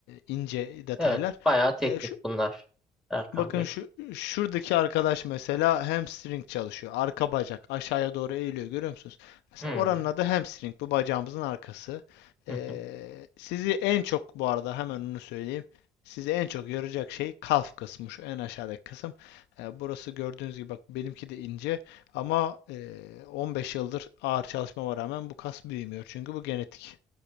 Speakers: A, on the left; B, in the centre.
A: ince detaylar.
B: Evet, bayağı teknik
A: E, şu
B: bunlar Erkan
A: Bakın
B: Bey.
A: şu şuradaki arkadaş mesela hamstring çalışıyor. Arka bacak aşağıya doğru eğiliyor görüyor musunuz? Mesela
B: Hı hı.
A: oranın adı hamstring. Bu bacağımızın arkası.
B: hı.
A: Ee, sizi en çok bu arada hemen onu söyleyeyim. Sizi en çok yoracak şey kalf kısmı şu en aşağıdaki kısım. Ee, burası gördüğünüz gibi bak benimki de ince ama e, 15 yıldır ağır çalışmama rağmen bu kas büyümüyor. Çünkü bu genetik.